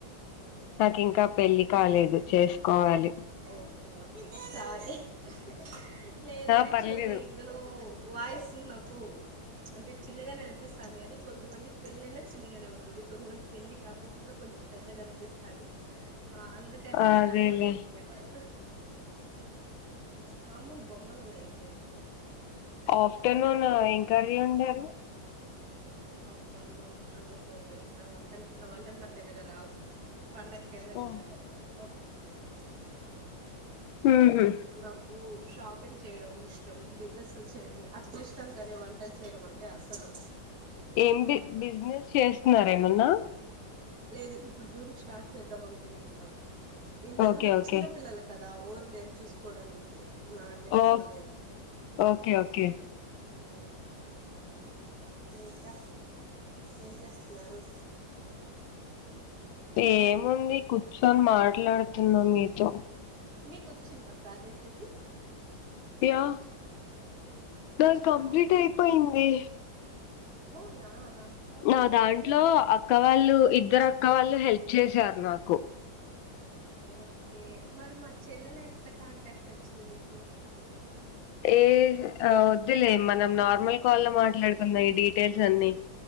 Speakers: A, on the right; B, on the left.
A: అవునా
B: నాకు ఇంకా పెళ్లిి కాలేదు
A: మామూలుగా
B: చేసుకోవాలి
A: ఓకే ఓకే సారీ హ్ హ్ లేదు
B: ఆ
A: యాక్చువల్
B: పర్లేదు
A: గా ఇందులో వాయిసు నా కు అంటే చిన్నగానే అనిపిస్తంది కానీ కొంతమంది పెళ్లి అయినా చిన్నగానే ఉంటుంది కొంతమంది పెళ్లి కాకొకున్న కొంచెం పెద్దగా అనిపిస్తాది ఆ అందుకని
B: అదేలే
A: నేను కనుక్కకోలేకపోయినాను మామూలు బొమ్మనా నా ఏదో ఇదో
B: ఆఫ్టర్నూన్ ఏం కరీ ఒండారు
A: పప్ప అన్నం అద ఒక పెద్ద వంటలు నా వంటలు నాకు పెద్దగా రావు పండకేందుకు
B: ఓ
A: ఓకే <unintelligible>
B: ఉహు
A: క్లాకు షాపింగ్ చేయడం ఇష్టం బిజినెస్లు చేయడం అట్లిష్టం కానీ వంటలు చేయడం అంటే అసలు
B: ఏం బి బిజినెస్ చేస్తున్నారు ఏమన్నా
A: లేదు ఇప్పుడు జూన్ స్టార్ట్ చేద్దాం అనుకుంటున్నాను ఇన్నాలు
B: ఓకే
A: నాకు
B: ఓకే
A: చిన్న పిల్లల కాద్ ద ఓర్ లేరు చూసుకోవడానికి నాకే
B: ఓ
A: తప్పలేదు
B: ఓకే ఓకే
A: హ్మ్మ్ ఇంకా ఏం చేస్తున్నారు
B: ఏముంది
A: తిన్నారా
B: కుర్చు తో మాట్లాడుతున్నా మీతో
A: మీకొచ్చిందా ప్రాజెక్ట్ ఇది
B: యా నాది
A: వచ్చిందా
B: కంప్లీట్ అయిపోయింది
A: అవునా ఓకే
B: నా దాంట్లో
A: మీరే
B: అక్క వాళ్ళు ఇద్దరు అక్క వాళ్ళు హెల్ప్ చేసారు నాకు
A: ఓకే మరి మా చెల్లెలు ఎట్లా కాంటాక్ట్ వచ్చింది మీకు
B: ఏ ఆ ఒద్దులే మనం నార్మల్ కాల్ లో మాట్లాడుకుందాం ఈ డీటెయిల్స్ అన్ని